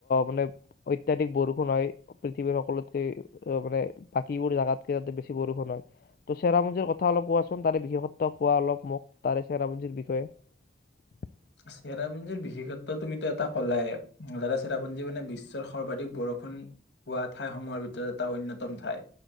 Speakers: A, on the left; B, on the left.
A: মানে অত্যাধিক বৰষ বৰষুণ হয় পৃথিৱীৰ সকলোতকে মানে বাকীবোৰ জেগাতকে তাতে বেছি বৰষুণ হয় ত' চেৰাপুঞ্জীৰ কথা অলপ কোৱাচোন তাৰে বিশেষত্ব কোৱা অলপ মোক তাৰে চেৰাপুঞ্জিৰ বিষয়ে।
B: চেৰাপুঞ্জীৰ বিশেষত্ব তুমিতো এটা কলায়ে যাতে চেৰাপুঞ্জী মানে বিশ্বৰ সৰ্বাধিক বৰষুণ হোৱা ঠাইসমূহৰ ভিতৰত এটা অন্যতম ঠাই